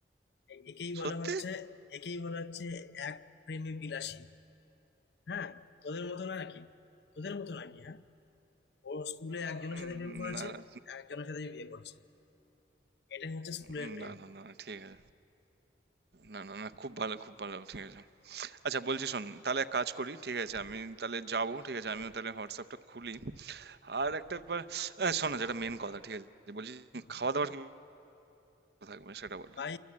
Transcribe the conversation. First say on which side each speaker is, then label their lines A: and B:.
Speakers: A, on the left; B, on the right.
A: এ- একেই বলা
B: সত্যি
A: হচ্ছে একেই বলা হচ্ছে এক প্রেমে বিলাসী হ্যাঁ তোদের মতো না নাকি তোদের মতো নাকি হ্যাঁ ও স্কুলে
B: উম,
A: একজনের সাথে প্রেম করেছে
B: না না
A: একজনের সাথে বিয়ে করছে এটাই হচ্ছে স্কুলের
B: উম,
A: প্রেম
B: না না না ঠিক আছে না না না খুব ভালো খুব ভালো ঠিক আছে আচ্ছা
A: হুম,
B: বলছি শোন তাহলে এক কাজ করি ঠিক আছে আমি তাহলে যাব ঠিক আছে আমিও তাহলে হোয়াটসঅ্যাপটা খুলি আর একটা ব্যাপার আহ, শোন না যেটা মেন কথা ঠিক আছে বলছি
A: হুম,
B: খাওয়া
A: বল।
B: দাওয়ার কি ব্যবস্থা থাকবে সেটা বলো
A: ভাই